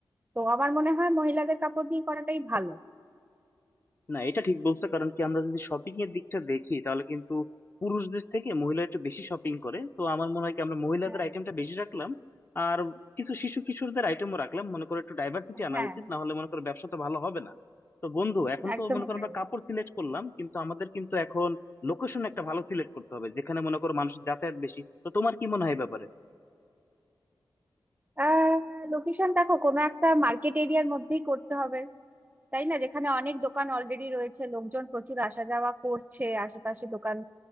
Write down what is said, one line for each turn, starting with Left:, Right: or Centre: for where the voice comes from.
Right: তো আমার মনে হয় মহিলাদের কাপড় দিয়ে করাটাই ভালো
Left: না এটা ঠিক বলছো কারণ কি আমরা যদি শপিং এর দিকটা দেখি তাহলে কিন্তু পুরুষদের থেকে মহিলারা একটু বেশি শপিং করে তো আমার মনে হয় কি আমরা মহিলাদের
Right: হ্যাঁ
Left: আইটেমটা বেশি রাখলাম আর কিছু শিশু কিশোরদের আইটেমও রাখলাম মনে করো একটু ডাইভার্সিটি আনা
Right: হ্যাঁ
Left: উচিত না হলে মনে করো ব্যবসা তো ভালো হবে না তো বন্ধু এখন
Right: একদমই
Left: তো মনে করো
Right: তাই
Left: আমরা কাপড় সিলেক্ট করলাম কিন্তু আমাদের কিন্তু এখন লোকেশন একটা ভালো সিলেক্ট করতে হবে যেখানে মনে করো মানুষ যাতায়াত বেশি তো তোমার কি মনে হয় এই ব্যাপারে
Right: আহ লোকেশন দেখো কোনো একটা মার্কেট এরিয়ার মধ্যেই করতে হবে তাই না যেখানে অনেক দোকান অলরেডি রয়েছে লোকজন প্রচুর আসা যাওয়া করছে আশেপাশে দোকান